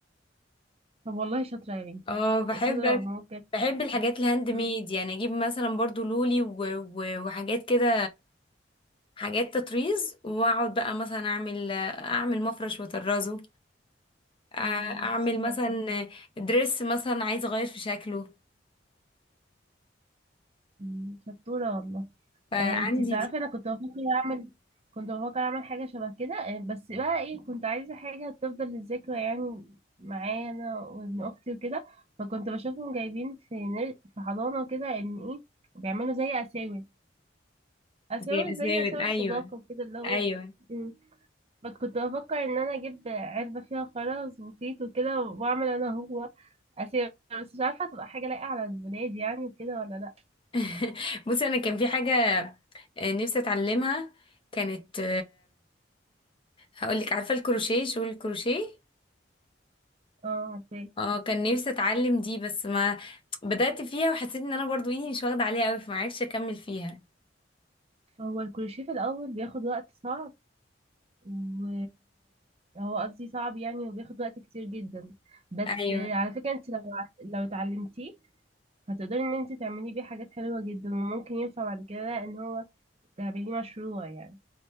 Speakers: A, on the right (about 35°); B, on the left (about 30°).
A: طب والله شاطرة يا بنتي
B: اه بحب
A: شاطرة وممكن
B: بحب الحاجات الهاند ميد
A: امم
B: يعني اجيب مثلا برضو لولي و... و... وحاجات كده حاجات تطريز واقعد بقى مثلا اعمل اعمل مفرش واطرزه أ-
A: أمم،
B: اعمل
A: بس
B: مثلا
A: شاطرة
B: دريس مثلا عايزه اغير في شكله
A: أمم، شطورة والله
B: فعندي
A: آه، انتي تعرفي
B: دي
A: انا كنت بفكر اعمل كنت بفكر اعمل حاجة شبه كده آه، بس بقى ايه كنت عايزة حاجة تفضل للذكرى يعني معايا انا وابن اختي وكده فكنت بشوفهم جايبين في نر- في حضانة كده ان ايه بيعملوا زي اساور اساور
B: زي اساور
A: زي اساور صداقة
B: ايوه
A: وكده اللي هو
B: ايوه
A: مم. ما كنت بفكر ان انا اجيب علبة فيها خرز وخيط وكده واعمل انا هو اساور بس مش عارفة تبقى حاجة لايقة على البنات يعني وكده ولا لا
B: <laughs> بصي انا كان في حاجه آه، نفسي اتعلمها كانت هقول لك عارفه الكروشيه شغل الكروشيه
A: اه عارفاه
B: اه كان نفسي اتعلم دي بس ما بدأت فيها وحسيت ان انا برضو ايدي مش واخدة عليها قوي فما عرفتش اكمل فيها
A: هو الكروشيه في الاول بياخد وقت صعب و هو قصدي صعب يعني وبياخد وقت كتير جدا بس
B: ايوه
A: على فكرة انت لو لو اتعلمتيه هتقدري ان انت تعمليه بيه حاجات حلوة جدا وممكن ينفع بعد كده ان هو تعمليه مشروع يعني